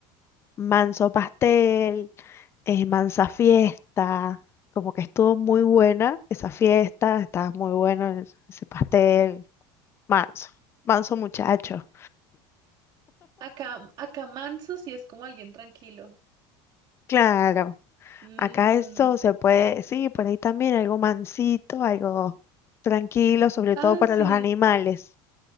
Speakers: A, on the left; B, on the right.
A: Manso pastel, eh, mansa fiesta, como que estuvo muy buena esa fiesta, estaba muy bueno es- ese pastel. Manso, manso muchacho.
B: Acá, acá manso sí es como alguien tranquilo.
A: Claro.
B: Mm,
A: Acá esto se puede, sí, por ahí también algo mansito, algo tranquilo, sobre todo
B: Ah,
A: para
B: sí,
A: los animales,